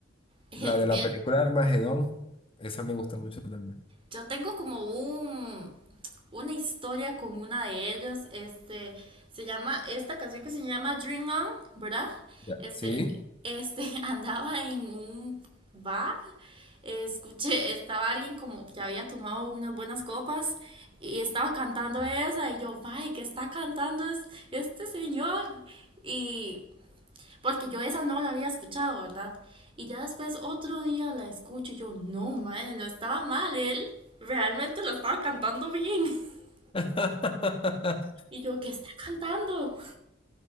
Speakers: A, on the right (about 25°); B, on the left (about 30°).
A: <laughs>
B: La de la
A: Bien.
B: película Armagedón, esa me gusta mucho también.
A: Yo tengo como un, una historia con una de ellos. Este, se llama, esta canción que se llama Dream On, ¿verdad?
B: Ya.
A: Este,
B: Sí.
A: este, <laughs> andaba en un bar, eh, escuché, estaba alguien como que había tomado unas buenas copas y estaba cantando esa y yo, ay, ¿qué está cantando es- este señor? Y porque yo esa no la había escuchado, ¿verdad? Y ya después otro día la escucho y yo, no, madre, no estaba mal, él realmente lo estaba cantando bien. <laughs>
B: <laughs>
A: Y yo, ¿qué está cantando?